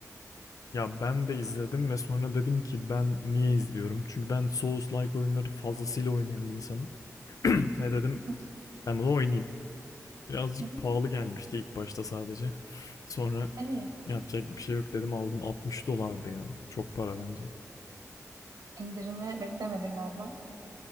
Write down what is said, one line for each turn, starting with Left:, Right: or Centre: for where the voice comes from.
Left: Ya ben de izledim ve sonra dedim ki ben niye izliyorum? Çünkü ben Souls-like oyunları fazlasıyla oynayan bir insanım. <clears throat> <laughs> Ve dedim
Right: Hı hı.
Left: ben bunu oynayayım. Birazcık
Right: Hı hı.
Left: pahalı gelmişti ilk başta sadece. <laughs> Sonra
Right: Evet.
Left: yapacak bir şey yok dedim aldım 60 dolardı ya. Çok para bence.
Right: İndirimi beklemedin galiba.